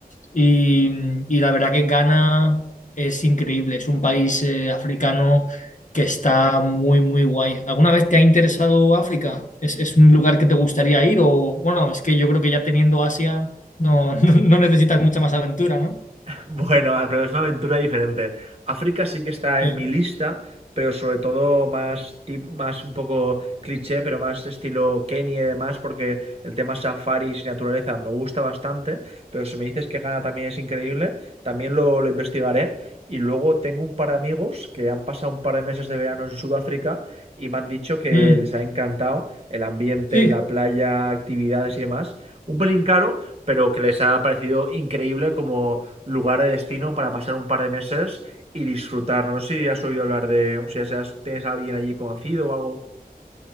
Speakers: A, on the left; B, on the right.
A: Y, y la verdad que Ghana es increíble, es un país eh, africano que está muy, muy guay. ¿Alguna vez te ha interesado África? ¿Es, es un lugar que te gustaría ir? O bueno, es que yo creo que ya teniendo Asia no, <laughs> no necesitas mucha más aventura, ¿no?
B: Bueno, pero es una aventura diferente. África sí que está
A: Sí.
B: en mi lista, pero sobre todo más tip, más un poco cliché, pero más estilo Kenia y demás, porque el tema safaris y naturaleza me gusta bastante, pero si me dices que Ghana también es increíble, también lo, lo investigaré. Y luego tengo un par de amigos que han pasado un par de meses de verano en Sudáfrica y me han dicho que
A: Mm,
B: les ha encantado el ambiente,
A: sí.
B: la playa, actividades y demás. Un pelín caro, pero que les ha parecido increíble como lugar de destino para pasar un par de meses y disfrutar. No sé si has oído hablar de, o sea, si has- tienes a alguien allí conocido o algo.